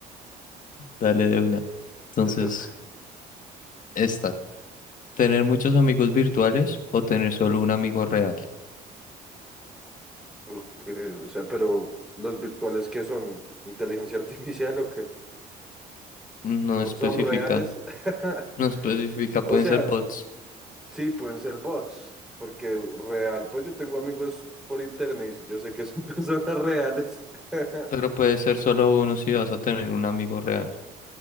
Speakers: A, on the left; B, in the centre.
A: Dale de una. Entonces,
B: te toca.
A: esta. ¿Tener muchos amigos virtuales o tener solo un amigo real?
B: Okay, o sea, pero los virtuales que son inteligencia <laughs> artificial o qué?
A: No
B: ¿No
A: especifica.
B: son reales? <laughs>
A: No especifica,
B: O
A: pueden
B: sea,
A: ser bots.
B: sí, pueden ser bots, porque real, pues yo tengo amigos por internet y yo sé que son <laughs> personas reales. <laughs>
A: Pero puede ser solo uno si vas a tener un amigo real.